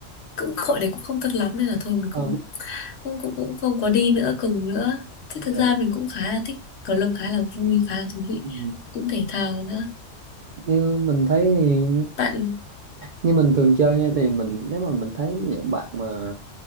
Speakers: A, on the left; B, on the right.
A: cũng hội đấy cũng không tốt lắm nên là thôi mình
B: ờ,
A: cũng cũng cũng cũng không có đi nữa cùng nữa chứ thực
B: ờ.
A: ra mình cũng khá là thích cầu lông khá là vui khá là thú vị
B: Ừ.
A: cũng thể thao nữa
B: như mình thấy thì
A: bạn
B: như mình thường chơi nha thì mình nếu mà mình thấy những bạn mà